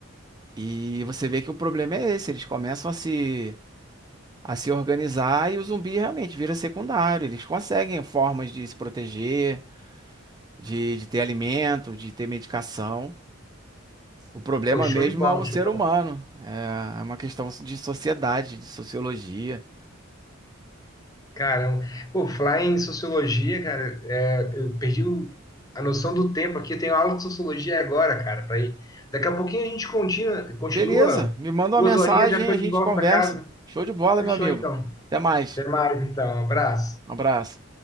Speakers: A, on the right (about 20°); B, on the left (about 15°).
A: e você vê que o problema é esse, eles começam a se a se organizar e o zumbi realmente vira secundário, eles conseguem formas de se proteger, de, de ter alimento, de ter medicação. O problema
B: Pô, show
A: mesmo
B: de bola,
A: é o ser
B: show
A: humano, é é uma questão de sociedade, de sociologia.
B: Caramba. Pô, falar em sociologia, cara, é, eu perdi o- a noção do tempo aqui. Eu tenho aula de sociologia agora, cara, para ir. Daqui a pouquinho a gente continua, continua.
A: Beleza, me manda
B: Duas
A: uma mensagem,
B: horinhas já tô
A: a
B: de
A: gente
B: volta
A: conversa.
B: da casa.
A: Show de bola,
B: Fechou,
A: meu amigo.
B: então.
A: Até mais.
B: Até mais, então. Abraço.
A: Um abraço.